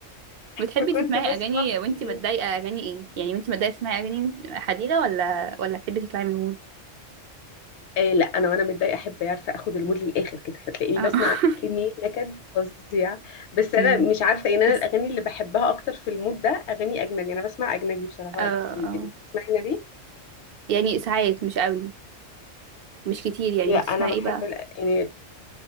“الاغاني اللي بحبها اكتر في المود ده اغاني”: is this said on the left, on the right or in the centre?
Left